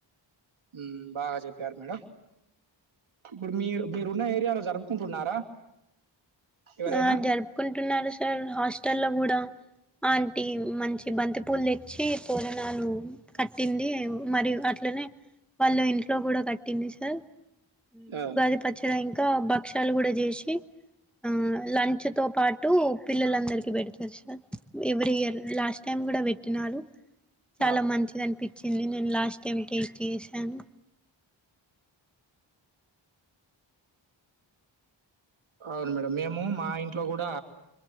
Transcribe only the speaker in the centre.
ఆ జరుపుకుంట్ ఉంటున్నారు సార్ హాస్టల్లో కూడా ఆంటీ మంచి బంతి పూలు తెచ్చి పూరానాలు కట్టింది మరియు అట్లనే వాళ్ళు ఇంట్లో కూడా కట్టింది సార్ హు
ఉగాది పచ్చడ ఇంక బక్షాలు కూడా చేసి ఆ లంచ్ తో పాటు పిల్లలందరికి పెడతారు sir every year last time కూడా పెట్టినారు చాలా
మంచిది అనిపి చిల్లి నీను లాస్ట్ టైం టేస్ట్ చేశాను